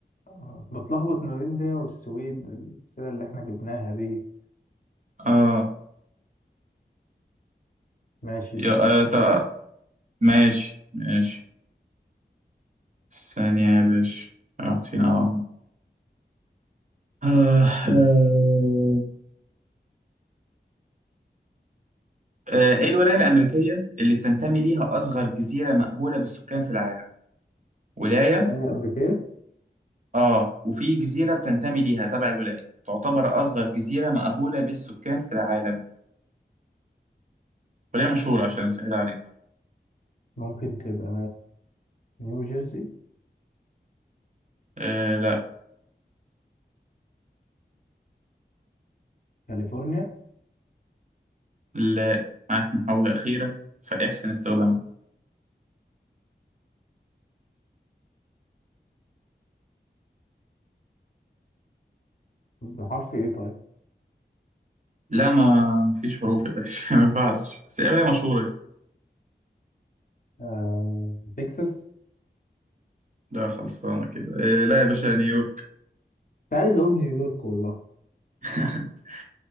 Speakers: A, on the left; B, on the right.
A: آه، بتلخبط ما بين ده والسويد الأسئلة اللي احنا جبناها دي
B: اه
A: ماشي
B: يا
A: سألنا واحد
B: آه طب
A: كمان
B: ماشي ماشي ثانية يا باشا رحت فين اه آه، آه، آه، ايه الولاية الأمريكية اللي بتنتمي ليها أصغر جزيرة مأهولة بالسكان في العالم؟ ولاية
A: هي أمريكية
B: آه وفي جزيرة بتنتمي ليها تبع الولاية تعتبر أصغر جزيرة مأهولة بالسكان في العالم ولاية مشهورة عشان أسهل عليك
A: ممكن تبقى نيو جيرسي
B: آه لا
A: كاليفورنيا
B: لا معاك محاولة أخيرة فاحسن استخدامها
A: بحرف ايه طيب
B: لا ما فيش حروف يا باشا <laughs> ما ينفعش بس هي ولاية مشهورة
A: آه، تكساس
B: لا خلصانة كده آه لا يا باشا نيويورك
A: كنت عايز اقول نيويورك والله
B: <laughs>